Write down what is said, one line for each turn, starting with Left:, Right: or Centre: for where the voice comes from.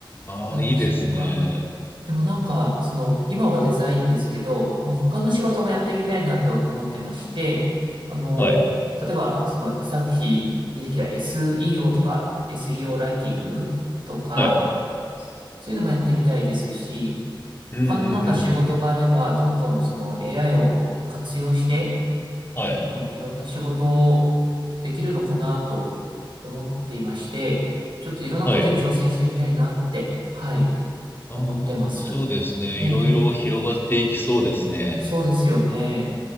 Left: ああ、
Right: でそこが
Left: いいですね。
Right: でもなんか、その、今はデザインですけど、まあ、他の仕事もやってみたいなって思ってまして、あの、
Left: はい。
Right: 例えば、その、さっき出てきた SEO とか、SEO ライティングとか、
Left: はい。
Right: そういうのもやってみたいですし、
Left: うんうんうんうん。
Right: 他のなんか仕事があれば、どんどんその AI を活用して、
Left: はい。
Right: あの、いろんな仕事をできるのかなと思っていまして、ちょっといろんなことに挑戦してみたいなって、
Left: はい。
Right: はい、
Left: ああ、
Right: 思ってます。
Left: そうですね。
Right: ええ
Left: いろいろ広がっていきそうですね。
Right: そうですよね。